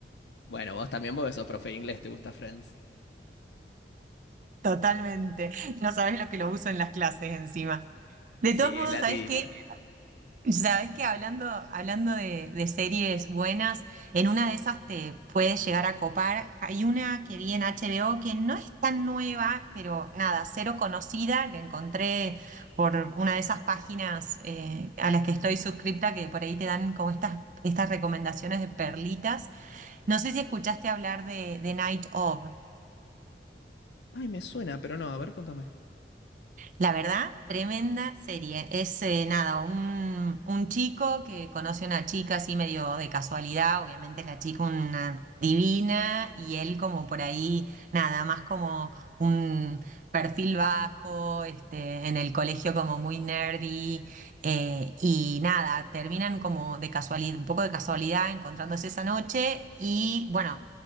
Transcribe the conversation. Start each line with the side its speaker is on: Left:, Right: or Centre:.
Left: Bueno, vos también porque sos profe de inglés, te gusta Friends.
Right: Totalmente. No sabés lo que lo uso en las clases encima. De
Left: Sí,
Right: todos modos,
Left: es la
Right: sabés
Left: típica.
Right: que, sabés que hablando, hablando de, de series buenas, en una de esas te puedes llegar a copar. Hay una que vi en HBO que no es tan nueva, pero nada, cero conocida. La encontré por una de esas páginas eh, a las que estoy suscripta que por ahí te dan como estas, estas recomendaciones de perlitas. No sé si escuchaste hablar de, de Night Of.
Left: Ay, me suena, pero no, a ver, contame.
Right: La verdad, tremenda serie. Es eh, nada, un, un chico que conoce a una chica así medio de casualidad, obviamente la chica una divina y él como por ahí, nada, más como un perfil bajo, este, en el colegio como muy nerdy eh, y nada, terminan como de casualidad, un poco de casualidad encontrándose esa noche y bueno,